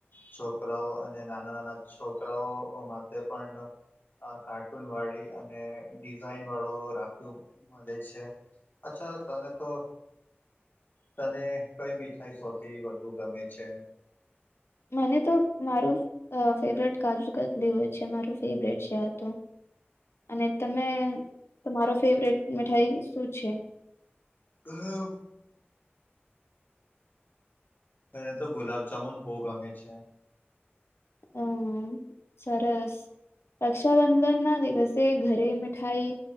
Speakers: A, on the left; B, on the left.
A: છોકરાઓ અને નાના નાના છોકરાઓ માટે પણ આ કાર્ટૂન વાળી અને ડિઝાઇન રાખ મળે છે અચ્છા તને તો તને કઈ મીઠાઈ સૌથી વધુ ગમે છે?
B: મને તો મારુ ફેવરેટ કાજુ કતલી હોય છે મારું ફેવરેટ છે આ તો. અને તમે તમારો ફેવરેટ મીઠાઈ શું છે?
A: હ એને તો ગુલાબ જામુન બોહ ગમે છે.
B: હમ સરસ. રક્ષાબંધન ના દિવસે ઘરે મિઠાઈ